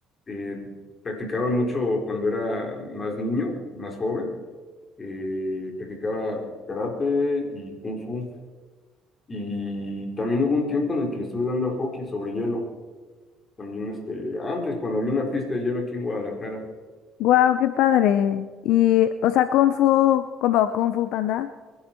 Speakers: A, on the left; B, on the left.
A: Eh, practicaba mucho cuando era más niño, más joven. Eh, practicaba karate y kung fu. Y también hubo un tiempo en el que le estuve dando al hockey sobre hielo. También este, antes, cuando había una pista de hielo aquí en Guadalajara.
B: Wow, qué padre. Y, o sea, Kung Fu, como Kung Fu Panda,